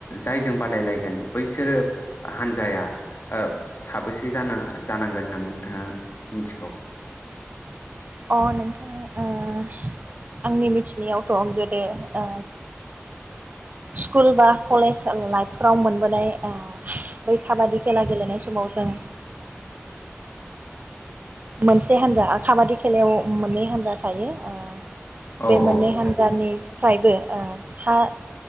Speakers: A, on the left; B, on the right.
A: जायजों बादायलायगोन बैसोरो हान्जाया ओ साबेसे जानो जानांगोन होननानै नोंथाङा मिथिगौ
B: अ नोंथा ओ आंनि मिथिनायावथ' गोदो ओ स्कुल बा कलेज लाइफफोराव मोनबोनाय ओ बै काबादि खेला गेलेनाय समाव जों मोनसे हान्जा ओ काबादि खेलायाव मोननै हान्जा थायो ओ
A: औ
B: बे
A: औ
B: मोननै हान्जानि फ्रायबो ओ सा